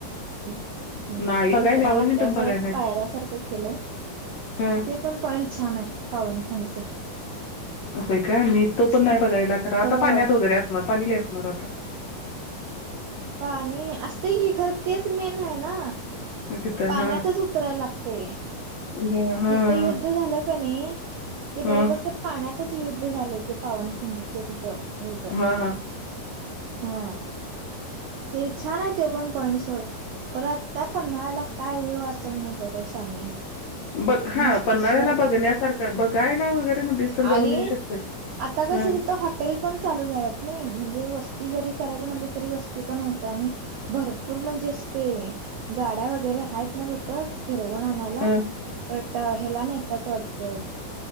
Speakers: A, on the right (about 80°); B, on the left (about 70°).
A: हम
B: नाही बघाय
A: उतरा
B: नाही पावनखिंड
A: लागल्या
B: पण
A: असं,
B: बघाय नाही.
A: पायऱ्या सारखं केलंय ते.
B: हं
A: ते पण पॉईंट छान आहे. पावन <unintelligible>
B: व्हय काय मी तो पण नाही
A: आहे
B: बघायला, खरा आता
A: खरं
B: पाण्यात वगैरे असणार पाणी लै असणार आता.
A: पाणी असतंय की, खरं तेच मेन आहे ना.
B: तिथं
A: पाण्यातच
B: हा.
A: उतरायला लागते.
B: म्हणजे हां,
A: जिथं युद्ध झालं कणी, ते
B: हां.
A: बरोबर ते पा पाण्यातच युद्ध झाले ते, पावनखिंडच्या तिथं हेज.
B: हां, हां.
A: हा. ते छान आहे तो, पण पॉईंट सोड. खरं आत्ता, पन्हाळ्याला काय व्यूव असेल‌माहितीय शाने.
B: बघ हा
A: मस्त
B: पन्हाळ्याला
A: स्वर्ग
B: बघण्यासारखं, बघायला वगैरे म्हणलीस तर
A: आणि
B: जाऊन येऊ शकतोय.
A: आता कसं
B: हं,
A: तिथं. हॉटेल. पण चालू झाल्यात नाही म्हणजे, वस्ती जरी करायच म्हणली तरी वस्ती पण होत्या. भरपूर म्हणजेच ते, गाड्या वगैरे आहेत ना तिथं फिरवून आणायला.
B: हं,
A: पट हेला न्हेत्यात वाटतं.